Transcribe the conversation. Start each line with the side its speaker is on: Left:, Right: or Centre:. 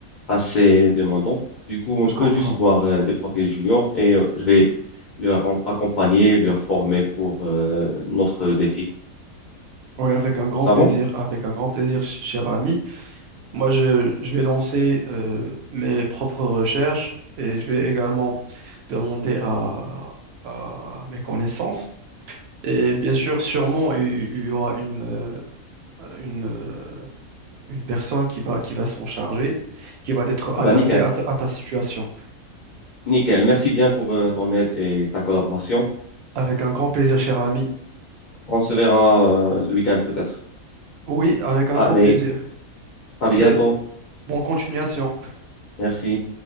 Left: assez demandant. Du coup, on
Right: Je
Left: peut
Right: comprends.
Left: juste voir euh, des profils juniors et euh, je vais leur en- accompagner, leur former pour euh, notre défi.
Right: Oui, avec un grand
Left: Ça
Right: plaisir,
Left: va?
Right: avec un grand plaisir, ch- cher ami. Moi, je, je vais lancer euh, mes propres recherches et je vais également demander à, à mes connaissances. Et bien sûr, sûrement, il, il y aura une, euh, une, euh, une personne qui va, qui va s'en charger, qui va être
Left: Ah
Right: adaptée
Left: ben, nickel.
Right: à, ta à ta situation.
Left: Nickel. Merci bien pour euh, ton aide et ta collaboration.
Right: Avec un grand plaisir, cher ami.
Left: On se verra euh, le week-end peut-être.
Right: Oui, avec
Left: Allez,
Right: un grand plaisir.
Left: à bientôt.
Right: Et bonne continuation.
Left: Merci.